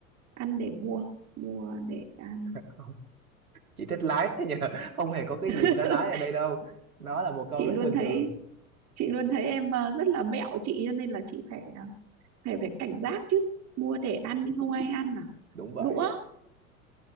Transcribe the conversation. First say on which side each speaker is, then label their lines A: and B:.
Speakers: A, on the right; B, on the right.
A: ăn để mua mua để ăn
B: không, chị thích lái thế nhờ <laughs> không hề có cái
A: <laughs>
B: gì nó lái ở đây đâu nó là một câu
A: chị
B: rất
A: luôn
B: bình
A: thấy
B: thường
A: chị luôn thấy em à, rất là mẹo chị cho nên là chị phải à, phải phải cảnh giác chứ mua để ăn nhưng không ai ăn à
B: đúng vậy
A: đũa